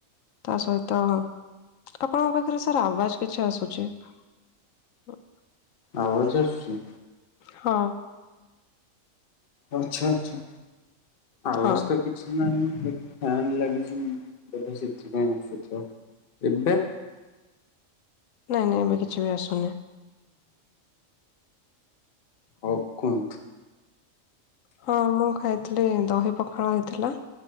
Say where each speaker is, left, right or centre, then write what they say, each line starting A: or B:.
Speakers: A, on the left; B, on the left.
A: ତା ସହିତ ଆପଣଙ୍କ ପାଖରେ ସାର୍ ଆବାଜ କିଛି ଆସୁଚି। <inaudible>
B: ଅୱାଜ ଆସୁଚି
A: ହଁ।
B: ଆଛା ଆଛା ଆୱାଜ
A: ହଁ
B: ତ କିଛି ନାହିଁ। ନିକ ଫ୍ୟାନ ଲାଗିଚି ତେବେ ସେଥିପାଇଁ ଅସୁଥିବ ଏବେ
A: ନାଇଁ ନାଇଁ ଏବେ କିଛି ବି ଆସୁନି।
B: ହଉ କୁହନ୍ତୁ।
A: ହଁ ମୁଁ ଖାଇଥିଲି ଦହି ପଖାଳ ହେଇଥିଲା।